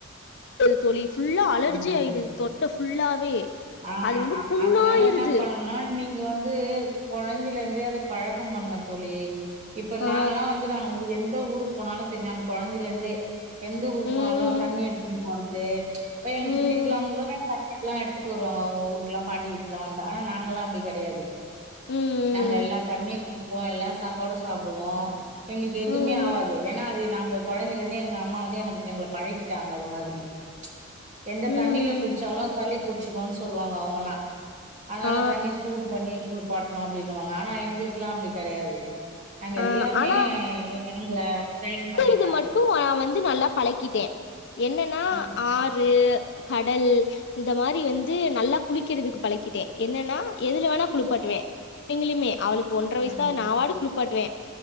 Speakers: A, on the left; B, on the right.
A: தோழி ஃபுல்லா அலர்ஜி
B: ம், ம்.
A: ஆயிடுது தொண்ட ஃபுல்லாவே
B: ஆ
A: அது வந்து புண்ணாயிருது
B: அதுனால என்னா பண்ணனு மேம் நீங்க வந்து கொழந்தைலருந்தே அத பழக்க பண்ணு தோழி இப்ப
A: ஆ
B: நாங்கல்லா வந்து நாங்க எந்த ஊருக்கு போனாலு சரி நாங்க கொழந்தைலருந்தே எந்த ஊருக்கு
A: ம்
B: போனாலு தண்ணி எடுத்துன்னு போறது இப்ப எங்க
A: ம்
B: சித்தி வீட்டுலா கூடவே தண்ணி எல்லா எடு துட்டு வருவாங்க அவுங்க ஊருக்குலா பாட்டி வீட்டுக்குல்லா வந்தா ஆனா நாங்களா அப்டி கெடையாது
A: ம்
B: நாங்க எல்லா தண்ணி குடிப்போ எல்லா சாப்பாடு சாப்டுவோ எங்களுக்கு எதுமே
A: ம் ம்
B: ஆவாது ஏன்னா அது நாங்க கொழந்தைக் இருந்து எங்க அம்மா வந்து என்ன எங்கள பழகிட்டாங்க அது மாதிரி எந்த
A: ம்
B: தண்ணில குடிச்சாலு சளி புடிச்சுக்குன் சொல்லுவாங்க அவுங்கல்லா அதனால
A: ஆ
B: தண்ணி சூடூ பண்ணி குளிப்பாட்ணு அப்டின்னுவாங்க ஆனா எங்களுக்குல்லா அப்டி கெடையாது நாங்க
A: ஆ
B: எல்லாமே
A: ஆனா
B: எங்க பிரைன்ல ட்ரெயின் பண்ணிட்டோ
A: அ மட்டு நா வந்து நல்லா பழக்கிட்ட என்னன்னா
B: ம்,
A: ஆறு கடல் இந்த மாரி வந்து நல்லா குளிக்கிறதுக்கு பழக்கிட்ட என்னனா எதுல வேணா குளிப்பாட்டுவ எங்களுமே அவளுக்கு ஒன்ற
B: ம்,
A: வயசுதா நா பாட்டுக்கு குளிப்பாட்டுவே